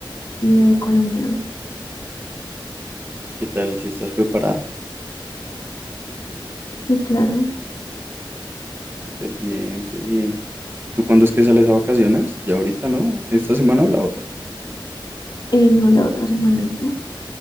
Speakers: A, on the left; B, on the right.
A: y de economía.
B: ¿Qué tal? Si estás preparada.
A: Sí, claro.
B: Súper bien, qué bien. ¿Y tú cuándo es que sales a vacaciones? Ya ahorita, ¿no? ¿Esta semana o la otra?
A: Eh, no, la otra semana. ¿Y tú?